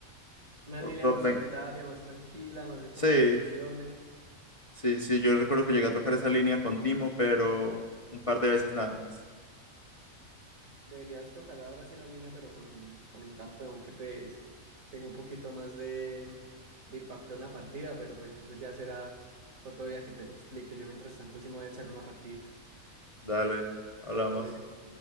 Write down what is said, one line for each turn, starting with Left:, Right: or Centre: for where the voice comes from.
Right: Una
Left: Por
Right: línea
Left: top
Right: más
Left: lane.
Right: solitaria, más tranquila, más de toma
Left: Sí.
Right: de decisiones.
Left: Sí, sí, yo recuerdo que llegué a tocar esa línea con Timo, pero un par de veces nada más.
Right: Deberías tocar ahora sí la línea, pero con un, con un campeón que pues tenga un poquito más de, de impacto en la partida, pero pues eso ya será otro día que te lo explique. Yo mientras tanto sí me voy a echar una partidita.
Left: Dale, hablamos.
Right: Dale, todo bien.